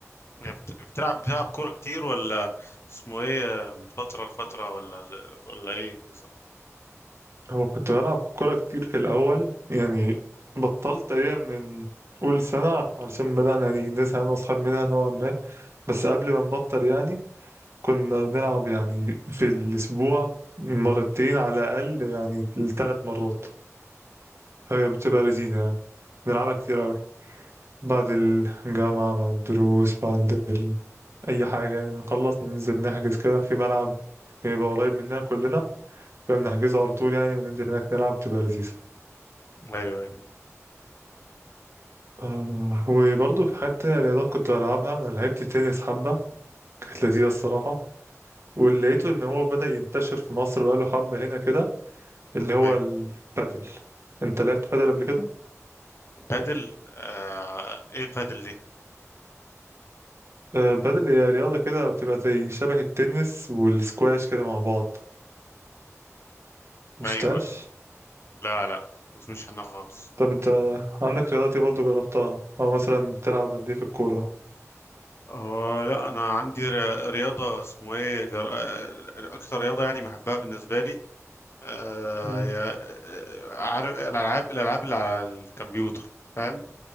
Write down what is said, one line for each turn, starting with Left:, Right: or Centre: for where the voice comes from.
Left: يعني بت- بتلعب بتلعب كورة كتير ولا اسمه ايه من فترة لفترة ولا ولا ايه بالظبط
Right: هو كنت بلعب كورة كتير في الأول يعني بطلت تقريبا من أول سنة علشان بدأنا يعني نزهق أنا وأصحابي منها نوعا ما بس قبل ما نبطل يعني كنا بنلعب يعني في الأسبوع مرتين على الأقل يعني لثلاث مرات هي بتبقى لذيذة يعني بنلعبها كتير أوي بعد الجامعة بعد الدروس بعد ال... أي حاجة يعني نخلص ننزل نحجز كده في ملعب بيبقى قريب مننا كلنا كنا بنحجزه على طول يعني وننزل هناك نلعب تبقى لذيذة
Left: ايوه ايوه
Right: آه، وبرضه في حتة رياضات كنت بلعبها أنا لعبت تنس حبة كانت لذيذة الصراحة واللي لقيته إن هو بدأ ينتشر في مصر بقاله حبة هنا كده اللي هو
Left: ايوه
Right: البادل أنت لعبت بادل قبل كده؟
Left: بادل آه ايه البادل دي
Right: آه، بادل هي رياضة كده بتبقى زي شبه التنس والسكواش كده مع بعض مشفتهاش؟
Left: ايوه لا لا بس مش انا خالص
Right: طب انت عندك رياضات ايه برضه جربتها او مثلا بتلعب قد ايه في الكورة
Left: اه لا انا عندي ر- رياضة اسمه ايه جر... آه، اكتر رياضة يعني بحبها بالنسبة لي آه
Right: امم
Left: يا- آه، عارف الالعاب الالعاب اللي على الكمبيوتر فاهم